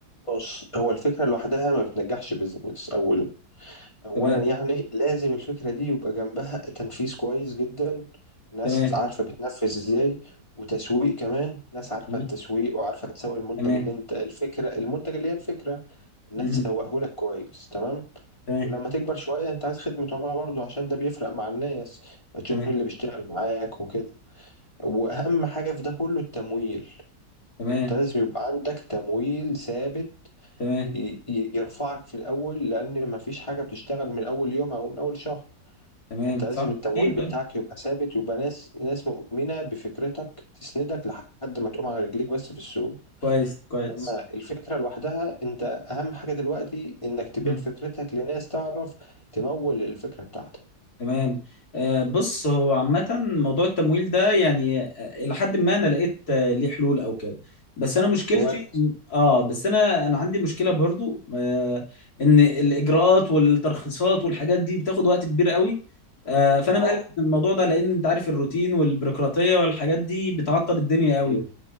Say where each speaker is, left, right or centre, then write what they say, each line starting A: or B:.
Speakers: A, on the left (about 20°); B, on the left (about 60°).
A: بص هو الفكرة لوحدها ما بتنجحش بيزنس أولا اولا
B: تمام
A: يعني لازم الفكره دي يبقى جنبها تنفيذ كويس جدا ناس
B: تمام
A: عارفه بتنفذ ازاي وتسويق كمان ناس عارفه
B: تمام
A: التسويق وعارفه تسوق المنتج
B: تمام
A: اللي انت الفكره المنتج اللي هي الفكره الناس
B: امم
A: تسوقه لك كويس تمام
B: تمام
A: ولما تكبر شويه انت عايز خدمه عملاء برضه عشان ده بيفرق مع الناس تشوف
B: تمام
A: مين اللي بيشتغل معاك وكده واهم حاجه في ده كله التمويل
B: تمام
A: انت لازم يبقى عندك تمويل ثابت
B: تمام
A: ي- ي- يرفعك في الاول لان مفيش حاجه بتشتغل من اول يوم او من اول شهر
B: تمام
A: انت لازم
B: صح
A: التمويل
B: أكيد
A: بتاعك
B: آه.
A: يبقى ثابت يبقى ناس ناس مؤمنة بفكرتك تسندك لحد ما تقوم على رجليك بس في السوق
B: كويس كويس
A: اما الفكرة لوحدها انت اهم حاجة دلوقتي انك تبيع
B: مم.
A: فكرتك لناس تعرف تمول الفكرة بتاعتك
B: تمام آه، بص هو عامة موضوع التمويل ده يعني آه، إلى حد ما أنا لقيت آه، ليه حلول أو كده بس أنا مشكلتي
A: كويس
B: آه بس أنا أنا عندي مشكلة برضو آه إن الإجراءات والترخيصات والحاجات دي بتاخد وقت كبير قوي آه فأنا
A: اه
B: مقلق من الموضوع ده لأن أنت عارف الروتين والبيروقراطية والحاجات دي بتعطل الدنيا قوي
A: ايوه